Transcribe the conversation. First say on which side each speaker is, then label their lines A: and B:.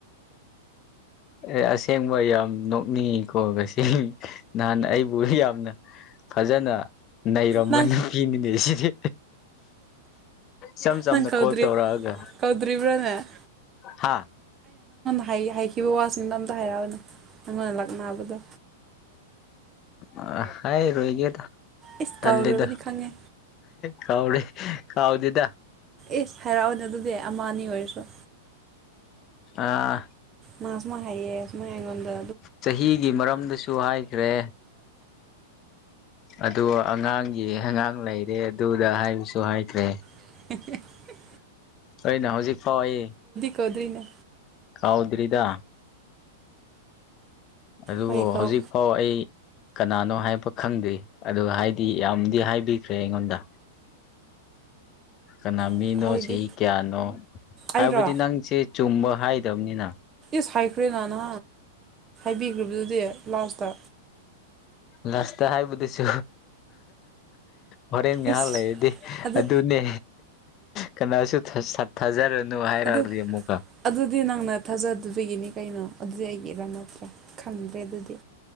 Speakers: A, on the left (about 35°); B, on the right (about 25°).
A: ꯑꯦ ꯑꯁꯦꯡꯕ ꯌꯥꯝ ꯅꯣꯛꯅꯤꯡꯉꯤꯀꯣ ꯉꯁꯦꯡ ꯅꯍꯥꯟ ꯑꯩꯕꯨ ꯌꯥꯝꯅ ꯐꯖꯅ ꯅꯩꯔꯝꯕ
B: ꯅꯪ
A: ꯅꯨꯄꯤꯅꯤꯅꯦ ꯁꯤꯗꯤ ꯁ ꯁꯅ
B: ꯅꯪ ꯀꯧꯗ꯭ꯔꯤ
A: ꯀꯣꯜ ꯇꯧꯔꯒ
B: ꯀꯧꯗ꯭ꯔꯤꯕ꯭ꯔꯥꯅꯦ
A: ꯍꯥ
B: ꯍꯥꯏ ꯍꯥꯏꯈꯤꯕ ꯋꯥ ꯁꯤꯟꯗ ꯑꯝꯇ ꯍꯥꯏꯔꯅꯦ ꯅꯪꯅ ꯂꯥꯛꯅꯅꯥꯕꯗꯣ
A: ꯑ ꯍꯥꯏ ꯔꯣꯍꯤꯒ
B: ꯏꯁ
A: ꯇꯗ
B: ꯀꯧꯈ꯭ꯔꯕꯅꯤ ꯈꯪꯉꯦ
A: ꯀꯥꯎ ꯀꯥꯎꯗꯗ
B: ꯏꯁ ꯍꯥꯏꯔꯛꯑꯣꯅꯦ ꯑꯗꯨꯗꯤ ꯑꯃ ꯑꯅꯤ ꯑꯣꯏꯔꯁꯨ
A: ꯑꯥ
B: ꯃꯥꯁꯨꯃ ꯍꯥꯏꯩꯌꯦ ꯁꯃꯥꯏ ꯍꯥꯏꯉꯣꯟꯗ
A: ꯆꯍꯤꯒꯤ ꯃꯔꯝꯗꯁꯨ ꯍꯥꯏꯈ꯭ꯔꯦ ꯑꯗꯣ ꯑꯉꯥꯡꯒꯤ ꯑꯉꯥꯡ ꯂꯩꯔꯦ ꯑꯗꯨꯗ ꯍꯥꯏꯕꯁꯨ ꯍꯥꯏꯈ꯭ꯔꯦ
B: <inaudible>
A: ꯑꯣꯏꯅ ꯍꯧꯖꯤꯛ ꯐꯥꯎ ꯑꯩ
B: ꯀꯗꯔꯤꯅꯦ
A: ꯀꯥꯎꯗ꯭ꯔꯔꯤꯗ ꯑꯗꯨꯕꯨ
B: ꯍꯣꯏ ꯀꯧ
A: ꯍꯧꯖꯤꯛ ꯐꯥꯎ ꯑꯩ ꯀꯅꯥꯅꯣ ꯍꯥꯏꯕ ꯈꯪꯗ꯭ꯦ ꯑꯗꯨ ꯍꯥꯏꯗꯤ ꯌꯥꯝꯗꯤ ꯍꯥꯏꯕꯤꯈ꯭ꯔꯦ ꯑꯩꯉꯣꯟꯗ ꯀꯅꯥ ꯃꯤꯅꯣ
B: ꯍꯥꯏꯗꯤ
A: ꯆꯍꯤ ꯀꯌꯥꯅꯣ ꯍꯥꯏꯕꯗꯤ
B: ꯑꯩꯔꯣ
A: ꯅꯪꯁꯦ ꯆꯨꯝꯕ ꯍꯥꯏꯗꯕꯅꯤꯅ
B: ꯁꯥꯏꯀ꯭ꯔ ꯂꯅꯣ ꯊꯕꯤꯈ꯭ꯕꯗꯨꯗꯤ ꯂꯥꯁꯇ
A: ꯔꯥꯁꯇ ꯍꯥꯏꯕꯨꯗꯤꯁꯨ ꯍꯣꯔꯦꯟ ꯉꯥꯏꯍꯥꯛ
B: ꯏꯁ
A: ꯂꯩꯔꯗꯤ
B: ꯑꯗꯨ
A: ꯑꯗꯨꯅꯦ ꯀꯅꯥꯁꯨ ꯊꯥꯖꯔꯨꯅꯨ ꯍꯥꯏ
B: ꯑꯗꯨ
A: ꯗꯤ ꯃꯨꯛꯥ
B: ꯑꯗꯨꯗꯤ ꯅꯪꯅ ꯊꯥꯖꯗꯕꯒꯤꯅꯤ ꯀꯩꯅꯣ ꯑꯗꯨꯗꯤ ꯑꯩꯒꯤꯔ ꯅꯠꯇ꯭ꯔꯥ ꯈꯪꯗ꯭ꯔꯦ ꯑꯗꯨꯗꯤ